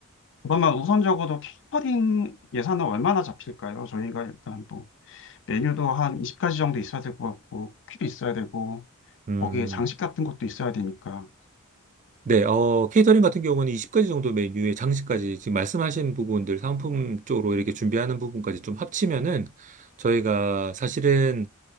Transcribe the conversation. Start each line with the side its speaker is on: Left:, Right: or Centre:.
Left: 것만면 우선적으로 케이터링 예산은 얼마나 잡힐까요? 저희가 일단 뭐 메뉴도 한 20가지 정도 있어야 될 것 같고 쿠키도 있어야 되고
Right: 음.
Left: 거기에 장식 같은 것도 있어야 되니까
Right: 네, 어, 케이터링 같은 경우는 20가지 정도 메뉴에 장식까지 지금 말씀하신 부분들 상품 쪽으로 이렇게 준비하는 부분까지 좀 합치면은 저희가 사실은